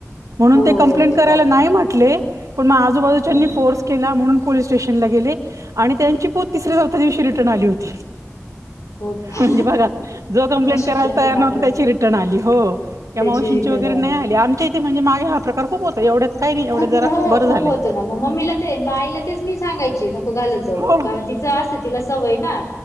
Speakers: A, on the right; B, on the left.
A: म्हणून
B: हो
A: ते कंप्लेंट करायला
B: प्रॉब्लेम
A: नाही म्हट. <inaudible> के
B: हो
A: म्हणून पोलीस स्टेशनला गेले आणि त्यांची पोत तिसऱ्या चौथ्या दिवशी रिटर्न आली होती-.
B: हो का
A: म्हणजे बघा जो कंप्लेंट
B: नशीब
A: करायला
B: त्यांचं
A: तयार
B: चांगलं
A: नव्हत त्याची रिटर्न आली हो. किं
B: त्याची
A: मावशींची
B: रिटर्न
A: वगैरे नाही
B: आली
A: आले आमच्या इथे म्हणजे मागे हा प्रकार खूप होता एवढ्यात काही नाही एवढे
B: खूप
A: जरा
B: हो
A: बरं
B: खूप
A: झालंय.
B: होतं ना मग मम्मीला ते मा आईला तेच मी सांगायचे नको घालत जाऊ
A: हो
B: कारण तिचं असं तिला सवय ना.